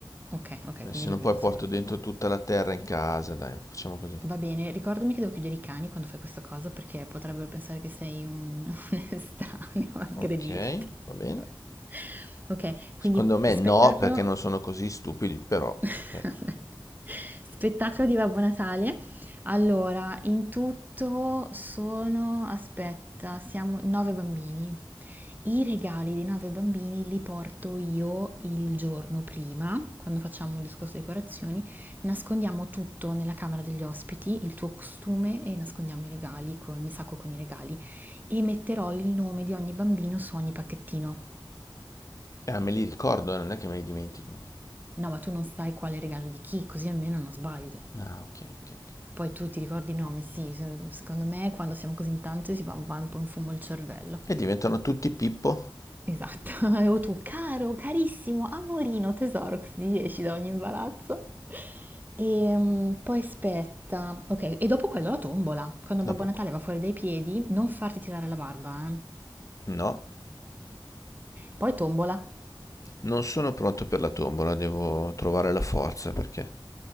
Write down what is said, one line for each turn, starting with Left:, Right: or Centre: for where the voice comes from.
Right: Ok, ok,
Left: Eh,
Right: quindi
Left: se no
Right: il piano
Left: poi
Right: di
Left: porto
Right: sopra.
Left: dentro tutta la terra in casa, dai, facciamo così.
Right: Va bene, ricordami che devo chiudere i cani quando fai questa cosa perché potrebbero pensare che sei un, <laughs> un estraneo, a aggredirti.
Left: Ok, va
Right: <laughs>
Left: bene.
Right: Vabbè. Ok, quindi
Left: Secondo me
Right: spettacolo
Left: no, perché non sono così stupidi, però
Right: <laughs>
Left: ok.
Right: Spettacolo di Babbo Natale. Allora, in tutto sono, aspetta, siamo nove bambini. I regali dei nove bambini li porto io il giorno prima, quando facciamo il discorso di decorazioni, nascondiamo tutto nella camera degli ospiti, il tuo costume e nascondiamo i regali con il sacco con i regali e metterò il nome di ogni bambino su ogni pacchettino.
Left: Eh, me li ricordo, eh, non è che me li dimentico.
Right: No, ma tu non sai quale regalo di chi, così almeno non sbagli.
Left: Ah, ok, ok. ok.
Right: Poi tu ti ricordi i nomi, sì, se- secondo me quando siamo così in tanti si va un po' un po' in fumo il cervello.
Left: E diventano tutti Pippo?
Right: Esatto, <laughs> o tu caro, carissimo, amorino, tesoro, così esci da ogni imbarazzo. E mm, poi aspetta, ok, e dopo quello la tombola. Quando
Left: Dopo...
Right: Babbo Natale
Left: co-
Right: va fuori dai piedi, non farti tirare la barba, eh.
Left: No,
Right: Poi tombola.
Left: non sono pronto per la tombola, devo trovare la forza perché